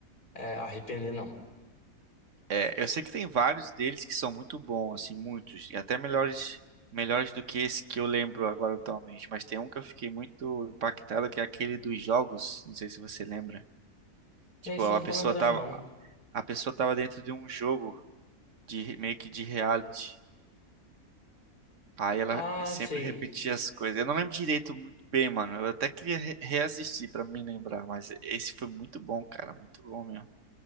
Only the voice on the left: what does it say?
é, arrepender, não.
É isso,
eu não
tô lembrando,
não.
Ah,
sei.